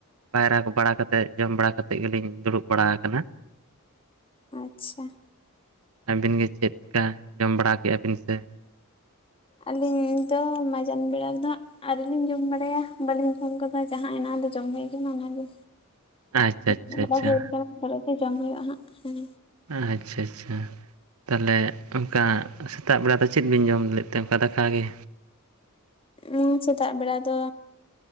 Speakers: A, on the right; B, on the left.
A: ᱯᱟᱭᱨᱟ ᱵᱟᱲᱟᱛᱮᱫ ᱡᱚᱢ ᱵᱟᱲᱟ ᱠᱟᱛᱮᱮᱫ ᱜᱮᱞᱤᱧ ᱫᱩᱲᱩᱵ ᱵᱟᱲᱟ ᱟᱠᱟᱱᱟ
B: ᱟᱪᱪᱷᱟ
A: ᱟᱹᱵᱤᱱ ᱜᱮ ᱪᱮᱫ ᱞᱮᱠᱟ ᱡᱚᱢ ᱵᱟᱲᱟ ᱠᱮᱫᱮᱜᱼᱟ ᱵᱤᱱ ᱥᱮ
B: ᱟᱹᱞᱤᱧ ᱫᱚ ᱢᱟᱡᱟᱱ ᱵᱮᱲᱟ ᱨᱮᱫᱚ ᱦᱟᱸᱜ ᱟᱣᱞᱤᱧ ᱡᱚᱢ ᱵᱟᱲᱟᱭᱟ ᱵᱟᱞᱤᱧ ᱡᱚᱢ ᱠᱟᱫᱟ ᱡᱟᱦᱟᱸ ᱮᱱᱟ ᱞᱮ ᱡᱚᱢ ᱦᱳᱭ ᱠᱟᱱᱟ ᱚᱱᱟᱜᱮ
A: ᱟᱪᱪᱷᱟ ᱟᱪᱪᱷᱟ
B: ᱵᱩᱲᱩᱵ
A: ᱟᱪᱪᱷᱟ
B: ᱵᱟᱲᱟ ᱦᱩᱭ ᱠᱟᱱᱟ ᱯᱚᱨᱮᱛᱮ ᱡᱚᱢ ᱦᱩᱭᱩᱜᱼᱟ ᱦᱟᱸᱜ ᱦᱮᱸ
A: ᱟᱪᱪᱷᱟ ᱟᱪᱪᱷᱟ ᱛᱟᱦᱚᱞᱮ ᱚᱱᱠᱟ ᱥᱮᱛᱟᱜ ᱵᱮᱲᱟ ᱫᱚ ᱪᱮᱫ ᱵᱤᱱ ᱡᱚᱢ ᱞᱮᱫ ᱛᱮ ᱚᱱᱠᱟ ᱫᱟᱠᱟ ᱜᱮ
B: ᱩᱸ ᱥᱮᱛᱟᱜ ᱵᱮᱲᱟ ᱫᱚ